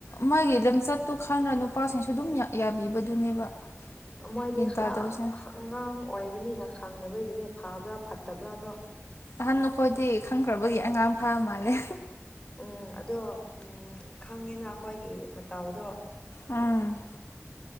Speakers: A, on the left; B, on the left.
A: ꯃꯥꯒꯤ ꯂꯝꯆꯠꯇꯣ ꯈꯟꯔ ꯅꯨꯄꯥꯁꯤꯡꯁꯨ ꯑꯗꯨꯝ ꯌꯥꯕꯤꯕꯗꯨꯅꯦꯕ
B: ꯃꯣꯏꯗꯤ
A: ꯒ꯭ꯌꯥꯟ
B: ꯈꯔ
A: ꯇꯥꯗꯕꯁꯦ
B: ꯑꯉꯥꯡ ꯑꯣꯏꯕꯅꯤꯅ ꯈꯪꯗꯕꯒꯤꯅꯦ ꯐꯥꯕ꯭ꯔꯥ ꯐꯠꯇꯕ꯭ꯔꯥꯗꯣ
A: ꯑꯍꯟ ꯑꯩꯈꯣꯏꯗꯤ ꯈꯪꯈ꯭ꯔꯕꯒꯤ ꯑꯉꯥꯡ ꯐꯥ ꯃꯥꯜꯂꯦ
B: ꯎꯝ ꯑꯗꯣ ꯎꯝ ꯈꯪꯉꯦꯅ ꯑꯩꯈꯣꯏꯒꯤ ꯃꯇꯧꯗꯣ
A: ꯎꯝ